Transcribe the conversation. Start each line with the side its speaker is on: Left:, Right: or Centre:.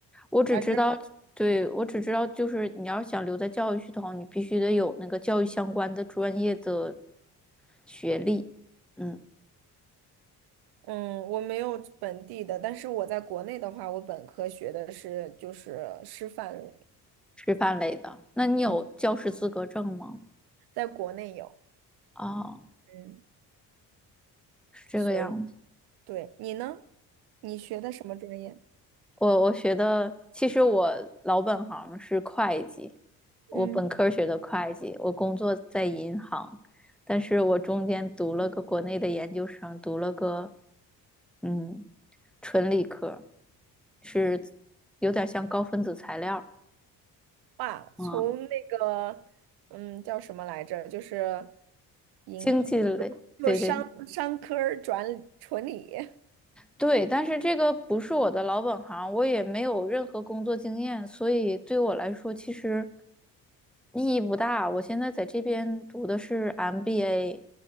Centre: 我只知道，
Right: 反正。
Centre: 对，我只知道，就是你要是想留在教育系统，你必须得有那个教育相关的专业的学历，嗯，
Right: 嗯，我没有本地的，但是我在国内的话，我本科学的是就是师范类，
Centre: 师范类的。那你有教师资格证吗？
Right: 嗯，在国内有，
Centre: 哦，
Right: 嗯，
Centre: 是这个样子。
Right: 所以对你呢？你学的什么专业？
Centre: 我我学的，其实我老本行是会计，我本科学的会计，
Right: 嗯，
Centre: 我工作在银行，但是我中间读了个国内的研究生，读了个嗯纯理科，是有点像高分子材料，
Right: 哇，从那个嗯叫什么来着？
Centre: 嗯，
Right: 就是银行，
Centre: 经济类，
Right: 就商商科儿转纯理，
Centre: 对对，对，但是这个不是我的老本行，我也没有任何工作经验，所以对我来说其实意义不大。我现在在这边读的是 MBA，